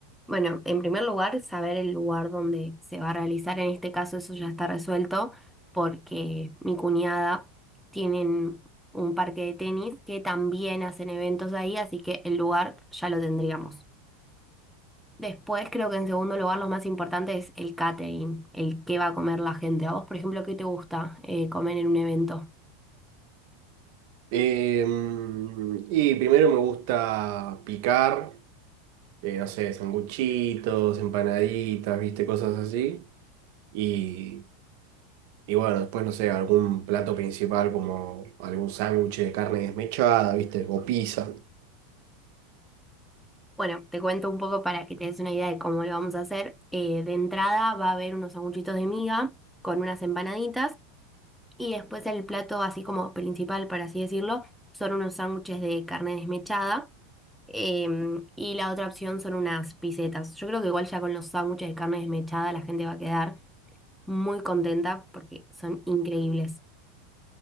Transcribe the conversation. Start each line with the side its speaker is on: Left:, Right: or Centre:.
Centre: Bueno, en primer lugar, saber el lugar donde se va a realizar. En este caso, eso ya está resuelto porque mi cuñada tienen un parque de tenis que también hacen eventos ahí, así que el lugar ya lo tendríamos. Después creo que en segundo lugar lo más importante es el catering, el qué va a comer la gente. A vos, por ejemplo, ¿qué te gusta eh, comer en un evento?
Right: Eh, y primero me gusta picar, eh, no sé, sanguchitos, empanaditas, viste, cosas así. Y, y bueno, después, no sé, algún plato principal como algún sándwich de carne desmechada, viste, o pizza.
Centre: Bueno, te cuento un poco para que te des una idea de cómo lo vamos a hacer. Eh, de entrada va a haber unos sanguchitos de miga con unas empanaditas y después el plato así como principal, por así decirlo, son unos sándwiches de carne desmechada. Em, y la otra opción son unas pisetas. Yo creo que igual ya con los sándwiches de carne desmechada la gente va a quedar muy contenta porque son increíbles.